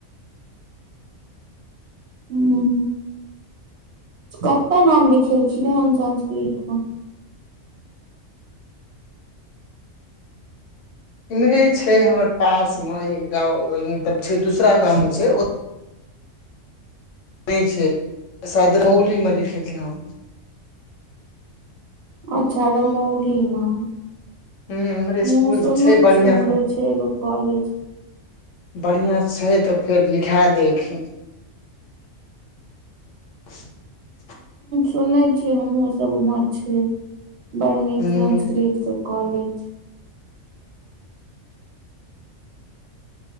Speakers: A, on the right; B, on the left.
A: हू, कतेक नाम लिखेलखिन हेन संस्कृत मे
B: इम्हरे छै हमर पास मे मतलब छै दूसरा गाव छै नहि छै शायद मौली मे लिखेलियै ह
A: अच्छा आर मौली मे
B: ह हमर
A: हू
B: स्कूल
A: सुन
B: छै
A: छीयै
B: बढ़िया
A: उम्हरे
B: स
A: छै एगो कॉलेज
B: बढ़िया सँ छै तऽ फेर लिखा देलखिन <inaudible>
A: सुनले छिय हमहूँ सभ उम्हर छी बड़ नीक
B: ह
A: संस्कृत से कॉलेज